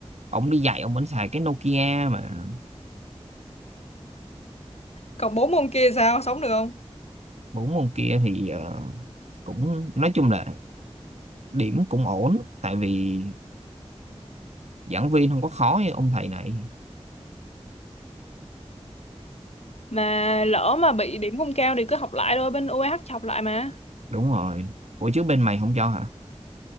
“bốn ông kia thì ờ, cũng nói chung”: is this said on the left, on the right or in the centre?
Right